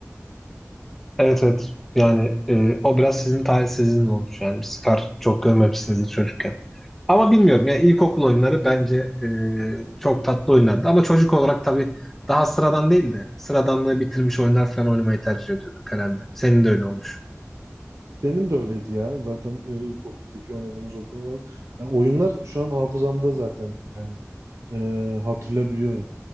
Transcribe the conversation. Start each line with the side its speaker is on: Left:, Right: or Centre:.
Centre: Evet evet. Yani e, o biraz sizin talihsizliğiniz olmuş yani. Biz kar çok görmemişsiniz hiç çocukken. Ama bilmiyorum ya ilkokul oyunları bence e, çok tatlı oynardı. Ama çocuk olarak tabii daha sıradan değil de sıradanlığı bitirmiş oyunlar falan oynamayı tercih ediyorduk herhalde. Senin de öyle olmuş.
Right: Benim de öyleydi ya. Zaten e, ilkokuldaki oynadığımız okullar. e, oyunlar şu an hafızamda zaten yani e, hatırlayabiliyorum.